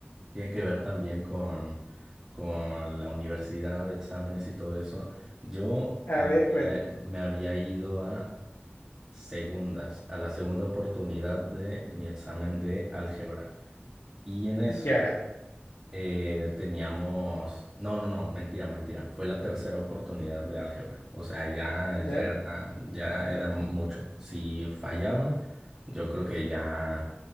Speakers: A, on the right; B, on the left.
A: Tiene que ver también con, con la universidad, exámenes y todo eso. Yo
B: a
A: me,
B: ver, cuenta.
A: había me había ido a segundas, a la segunda oportunidad de mi examen de álgebra. Y en eso
B: Ya,
A: eh, teníamos... No, no, no, mentira, mentira. Fue la tercera oportunidad de álgebra. O sea, ya,
B: ya.
A: ya era, ya era mucho. Si fallaba, yo creo que ya